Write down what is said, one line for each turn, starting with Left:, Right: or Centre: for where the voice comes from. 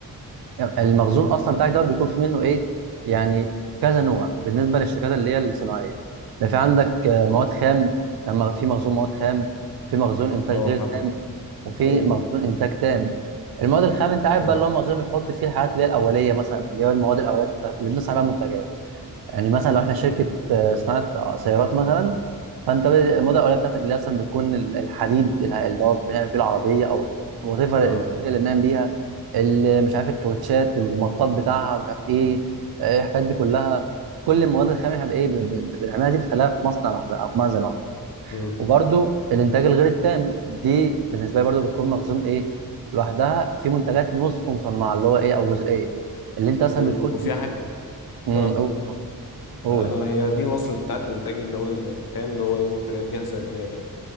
Right: المخزون اصلا بتاعك ده بيكون في منه ايه يعني كذا نوع بالنسبه للشركات اللي هي الصناعيه ده في عندك آه، مواد خام لما في مخزون مواد خام في مخزون انتاج
Left: آه
Right: غير
Left: طبعا
Right: تام وفي
Left: أيوه
Right: مخزون انتاج تام المواد الخام انت عارف
Left: مم.
Right: بقى اللي هو مخزون بيحط فيه الحاجات اللي هي الاوليه مثلا اللي هو المواد الاوليه بتاعت- اللي بنصنع بيها منتجات يعني مثلا لو احنا شركه آه، صناعه سيارات مثلا فانت ب- الموضه الاوليه بتاعتك اللي اصلا بتكون ال- الحديد ال- اللي هو بنعمل بيه العربيه او وات ايفر
Left: آه
Right: الماتيريال اللي بنعمل بيها ال- مش عارف الكاوتشات المطاط بتاعها مش عارف ايه آه، الحاجات دي كلها كل المواد الخام احنا بايه بن- بن- بنعملها دي بنخليها في مصنع لوحدها او في مخزن لوحدها
Left: مم.
Right: وبرده الانتاج الغير التام دي بالنسبه لي برده بتكون مخزون ايه لوحدها في منتجات نصف مصنعه اللي هو ايه او جزئيه اللي انت مثلا
Left: مم.
Right: بتكون
Left: وفي حاجة
Right: امم
Left: آه.
Right: قول قول
Left: آه هي دي وصلت بتاعت الإنتاج اللي هو التام اللي هو إيه منتجات جاهزة للبيع يعني